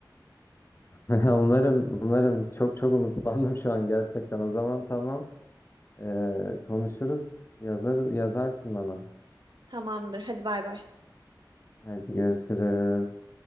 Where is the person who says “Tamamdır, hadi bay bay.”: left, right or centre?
Right